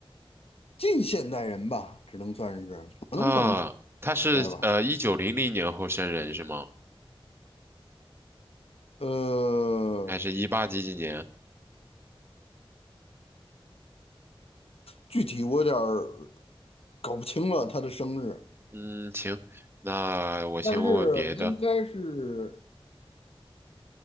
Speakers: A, on the left; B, on the right.
A: 近现代人吧，只能算是不能算古
B: 啊。他是呃一九零零年后生人是吗？
A: 代吧。呃，
B: 还是一八几几年？
A: 具体我有点儿搞不清了他的生日，
B: 嗯，行，那我先问问别的。
A: 但是应该是